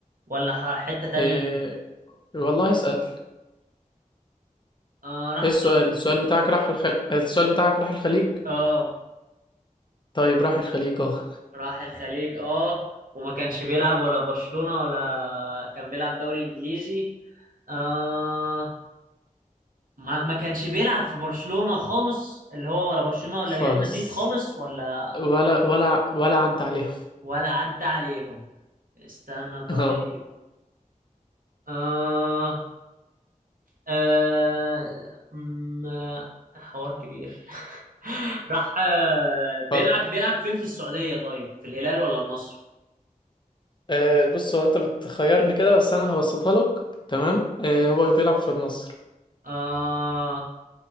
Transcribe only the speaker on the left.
إيه والله اسأل
ايه
السؤال السؤال بتاعك راح الخل... السؤال بتاعك راح الخليج
طيب راح الخليج اه
خالص
ولا ولا ولا عدى عليهم
<laughs>
اه
فكر
أه بص هو انت بتخيرني كده بس انا هبسطها لك تمام أه هو بيلعب في النصر